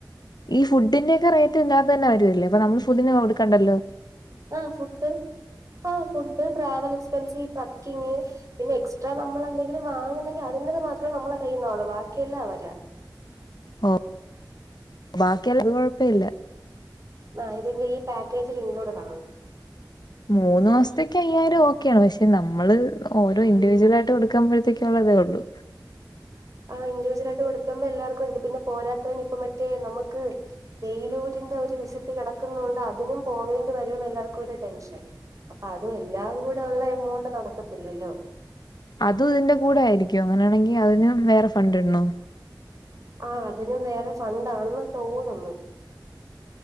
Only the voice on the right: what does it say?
ആ ഫുഡ് ആ ഫുഡ് ട്രാവൽ എക്സ്പെൻസ് ട്രക്കിങ് പിന്നെ എക്സ്ട്രാ നമ്മള എന്തെങ്കിലും വാങ്ങുന്നെങ്കിൽ അതിന്റേത് മാത്രേ നമ്മെ കഴിയുന്നള്ളൂ ബാക്കിയല്ല അവരാ
ആ ഇതിന്റെ ഈ പാക്കേജിൽ ഇൻക്ലൂഡ് ആണ്
ആഹ് ഇൻഡവിജ്വൽ ആയിട്ട് കൊടുക്കുമ്പോ എല്ലാർക്കുംരുത് പിന്നെ പോരാത്തത്തിനു ഇപ്പ മറ്റേ നമുക്ക് വേലൂരിന്റെ ഒരു വിസിറ്റ് കിടക്കുന്നൊണ്ട് അതിനും പോവേണ്ടി വരോന്ന് എല്ലാവർക്കും ഒരു ടെൻഷൻ അപ്പൊ അതും എല്ലാം കൂടെ ഉള്ള എമൗണ്ട് നടക്കത്തില്ലല്ലോ.
ആഹ് അതിനും വേറെ ഫണ്ടാണെന്ന് തോന്നുന്നു.